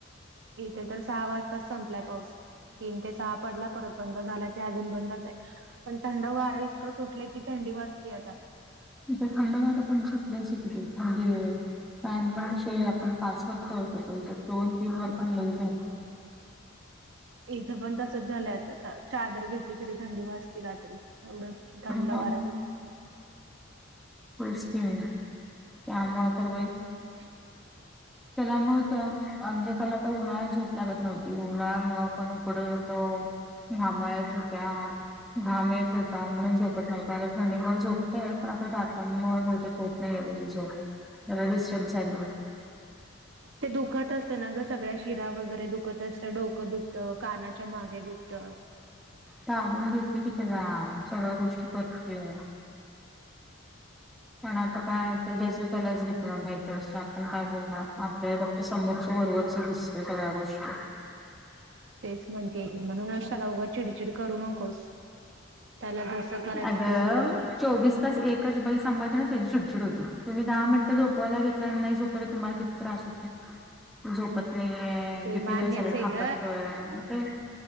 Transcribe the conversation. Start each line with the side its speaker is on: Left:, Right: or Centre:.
Right: इथे तर सहा वाजताच संपलाय पाऊस तीन ते सहा पडला परत बंद झाला अजून बंदच आहे पण थंड वारं इतकं सुटलंय की थंडी वाजतीय आता
Centre: इथ थंड वार पण सुटलंय थंडी आहे मगे आपण पाच वर ठेवत अस दोन तीन वर पण लई झाल
Right: इथ पण तसच झालं आता चादर घेतली तरी थंडी वाजती रात्री एवढं थंड
Centre: मग
Right: वार
Centre: होयच की बाई त्यामुळ तर बाई
Right: ह <inaudible>
Centre: <unintelligible> त्याला म तर म्हणजे त्याला तर उन्हाळ्यात झोप लागत नव्हती उन्हाळा पण उकड तो घामोळ्या येत हुत्या घामे येत होता म्हणून झोपत नव्हतं आता थंडीमुळे झोपतंय पण आता दातामुळे होत झाली याची झोप याला डिस्टर्ब झाली बग
Right: ते दुखत असतं ना ग सगळ्या शिरा वगैरे दुखत असतं डोकं दुखतं कानाच्या मागे दुखत
Centre: दाबून घेते की त्याला सगळ्या गोष्टी करते
Right: <inaudible>
Centre: पण आता काय ज्याचं त्यालाच दुखणं माहिती असतं आपण काय बोलणार काय फक्त समोरच्या वरवर च दिसतंय सगळ्या गोष्टी
Right: तेच म्हणतीय की म्हणून त्याला उगच चिडचिड करू नकोस. त्याला जसं करायचं
Centre: अगं
Right: तसं करू दे.
Centre: चोवीस एकच बाई सांभाळती ना चिडचिड होती. तुम्ही दहा मिनट झोपवायला घेतला आणि नाही झो तुम्हाला किती त्रास होत झोपत नाहीये
Right: ते
Centre: किती
Right: मान्यच
Centre: वेळ झाले
Right: आहे
Centre: थापटतोय
Right: ग
Centre: ते